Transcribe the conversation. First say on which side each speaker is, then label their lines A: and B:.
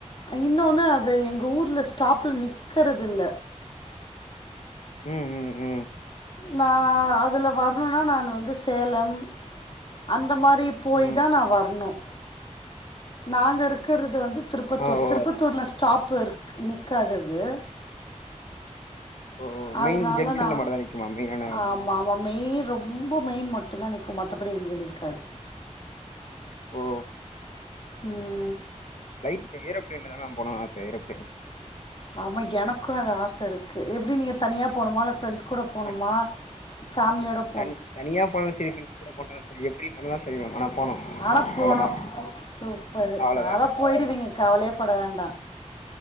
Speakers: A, on the left; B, on the left.
A: இன்னொன்னு அது எங்க ஊருல ஸ்டாப்புல நிக்கறதில்ல
B: ம் ம் ம்
A: நா அதுல வரணுனா நான் வந்து சேலம் அந்த மாரி போயி
B: ம்
A: தா நா வரணும் நாங்க இருக்கறது வந்து திருப்பத்தூர்
B: ஆ ஓ
A: திருப் பத்தூருல ஸ்டாப்பு இரு நிக்காதது
B: ஓ
A: அதனால
B: மெயின் ஜங்ஷன்ல
A: நா
B: மட்டுந்தா நிக்குமா மெயினான
A: ஆமாம் ஒ மெயின் ரொம்ப மெயின் மட்டும் தா நிக்கு மத்தபடி எங்கேயு நிக்காது
B: ஓ
A: ம்
B: லைஃப்ல ஏரோப்ளைன்ல தா மேம் போனுன் ஆச ஏரோப்ளைன்
A: ஆமா எனக்கு அது ஆசருக்கு எப்பிடி நீங்க தனியா போணுமா இல்ல ஃப்ரெண்ட்ஸ் கூட போணுமா
B: ஆனா
A: ஃபேமிலியோட போ
B: தனி தனியா போணாலு சேரி ஃப்ரெண்ஸ் கூட போணாலு சேரி எப்பிடி போணாலு செரி மேம் ஆனா போனு
A: ஆனா போனு
B: அவ்ளதா
A: சூப்பரு
B: அவ்ளதா
A: அதல போயிடுவீங்க கவலையேப்பட வேண்டா